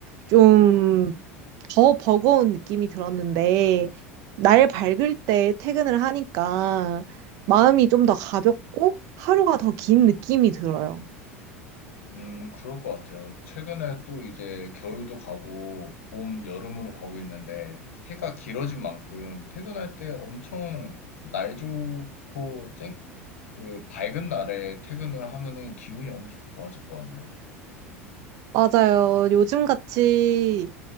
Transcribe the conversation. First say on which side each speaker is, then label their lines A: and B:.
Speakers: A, on the right; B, on the left.
A: 좀 더 버거운 느낌이 들었는데, 날 밝을 때 퇴근을 하니까 마음이 좀 더 가볍고 하루가 더 긴 느낌이 들어요.
B: 음, 그럴 것 같아요. 최근에 또 이제 겨울도 가고 봄, 여름으로 가고 있는데 해가 길어진 만큼 퇴근할 때 엄청 날 좋고 쨍, 그 밝은 날에 퇴근을 하면은 기분이 엄청 좋아질 것 같네요.
A: 맞아요. 요즘같이